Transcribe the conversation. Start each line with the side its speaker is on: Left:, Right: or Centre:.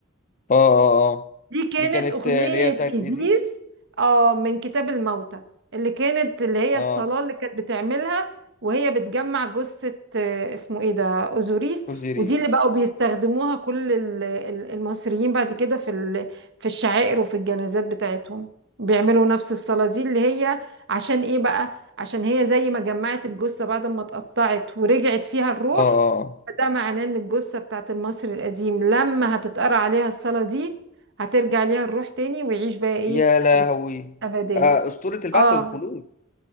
Left: اه اه اه
Right: دي كانت
Left: دي كانت
Right: أغنية
Left: آه، اللي هي بتاعت ايزيس
Right: إيزيز اه من كتاب الموتى اللي كانت اللي هي
Left: اه
Right: الصلاة اللي كانت بتعملها وهي بتجمع جثة آه، اسمه ايه ده أوزوريس
Left: اوزيريس
Right: ودي اللي بقوا بيستخدموها كل ال- ال- المصريين بعد كده في ال- في الشعائر وفي الجنازات بتاعتهم بيعملوا نفس الصلاة دي اللي هي عشان ايه بقى عشان هي زي ما جمعت الجثة بعد ما اتقطعت ورجعت فيها الروح
Left: اه اه آه.
Right: فده معناه ان الجثة بتاعت المصري القديم لما هتتقرأ عليها الصلاة دي هترجع ليها الروح تاني ويعيش بقى ايه
Left: يا لهوي
Right: الحياة الأبدية
Left: آه اسطوره البعث
Right: اه
Left: والخلود